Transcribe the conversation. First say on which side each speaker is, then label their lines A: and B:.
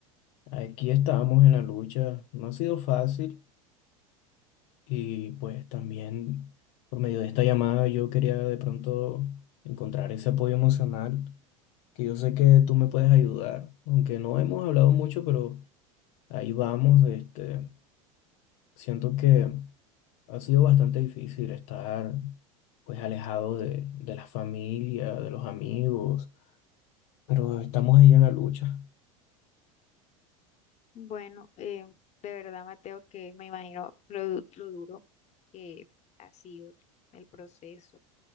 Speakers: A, on the left; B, on the left.
A: Aquí estamos en la lucha, no ha sido fácil y pues también por medio de esta llamada yo quería de pronto encontrar ese apoyo emocional que yo sé que tú me puedes ayudar, aunque no hemos hablado mucho, pero ahí vamos, este, siento que ha sido bastante difícil estar pues alejado de, de la familia, de los amigos, pero estamos ahí en la lucha.
B: Bueno, eh, de verdad, Mateo, que me imagino lo, du- lo duro que ha sido el proceso